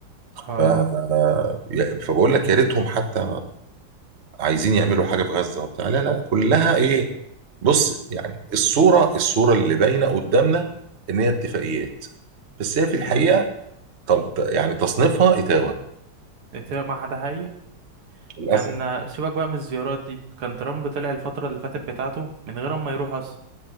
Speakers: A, on the right; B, on the right.
A: اه
B: ف آه، يا- فبقول لك يا ريتهم حتى عايزين يعملوا
A: امم
B: حاجه في غزه وبتاع لا لا كلها
A: آه.
B: ايه بص يعني الصوره الصوره اللي باينه قدامنا ان هي اتفاقيات بس هي في الحقيقه
A: مم.
B: طل... يعني تصنيفها اتاوه
A: إت- ما ده حقيقي
B: للاسف
A: كان سيبك بقى من الزيارات دي كان ترامب طلع الفترة اللي فاتت بتاعته من غير ما يروح أصلا